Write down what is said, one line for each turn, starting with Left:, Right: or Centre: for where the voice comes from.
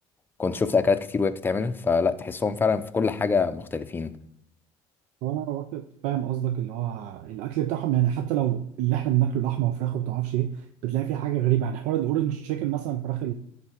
Left: كنت شفت أكلات كتير وهي بتتعمل فلا تحسهم فعلا في كل حاجة مختلفين
Right: هو انا واخد فاهم قصدك اللي هو الاكل بتاعهم يعني حتى لو اللي احنا بناكله لحمه وفراخ وما تعرفش ايه بتلاقي فيه حاجه غريبه يعني حوار الاورنج تشيكن مثلا الفراخ